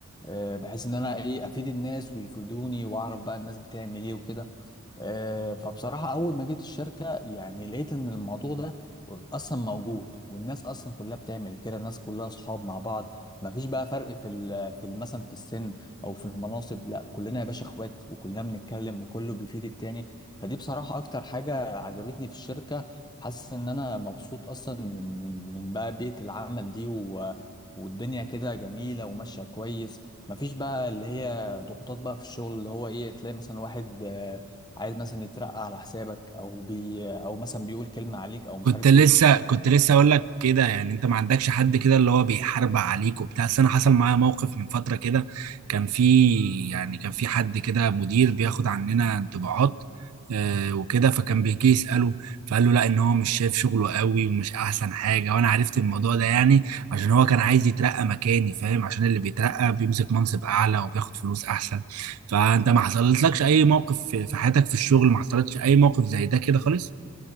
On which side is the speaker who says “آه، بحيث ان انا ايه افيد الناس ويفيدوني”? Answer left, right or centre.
Left